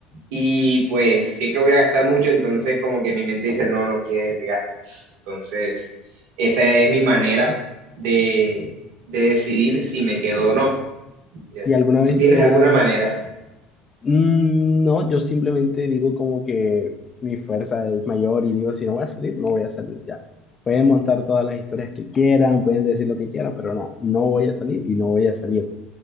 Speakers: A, on the right; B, on the left.
A: Y pues sí que voy a gastar mucho, entonces como que mi mente dice, no, no quiere que gastes. Entonces, esa es mi manera de, de decidir si me quedo o no. Ya.
B: ¿Y alguna vez
A: ¿Tú tienes
B: te
A: alguna
B: has
A: manera?
B: Mm, No, yo simplemente digo como que mi fuerza es mayor y digo, si no voy a salir, no voy a salir ya. Pueden montar todas las historias que quieran, pueden decir lo que quieran, pero no, no voy a salir y no voy a salir.